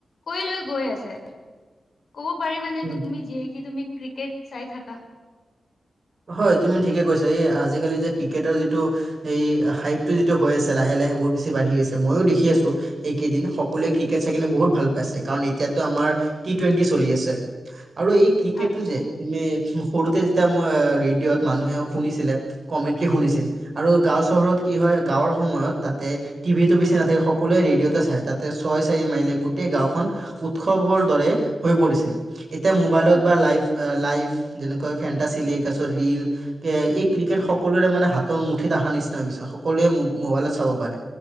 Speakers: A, on the left; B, on the right.
A: কৈ লৈ গৈ আছে। ক'ব পাৰিবানে
B: উম,
A: তুমি? যিহেকু তুমি ক্ৰিকেট চাই থাকা।
B: হয়। তুমি ঠিকে কৈছা। এই আজিকালি যে ক্ৰিকেটৰ যিটো এই হাইপ টো যিটো হৈ আছে। লাহে লাহে বহু বেছি বাঢ়ি আছে। মইও দেখি আছো। এইকেইদিন সকলোৱে ক্ৰিকেট চাই কিনে বহুত ভাল পাইছে। কাৰণ এতিয়াাতো আমাৰ টি টুৱেণ্টি চলি আছে। আৰু এই ক্ৰিকেটটো
A: আচ্ছা,
B: যে তুমি সৰুতে যেতিয়া মই ৰেডিঅ'ত মানুহে শুনিছিলে। কমেণ্টি শুনিছিল আৰু গাঁও চহৰত কি হয়? গাঁৱৰ সময়ত তাতে টিভিতটো বেছি নাথাকে। ৰেডিঅ'তে তাতে ছয় চাৰি মাইিল গোটেই গাঁওখন উৎসৱৰ দৰে হৈ পৰিছিল। এতিয়া মোবাইলত
A: আচ্ছা।
B: বা লাইভ লাইভ যেনেকৈ ফেনটা চ তাৰপিছত ৰিল এ', এই ক্ৰিকেট সকলোৰে মানে হাতৰ মুঠিত অহাৰ নিচিনা হৈছে। সকলোৱে মোবাইলত চাব পাৰে।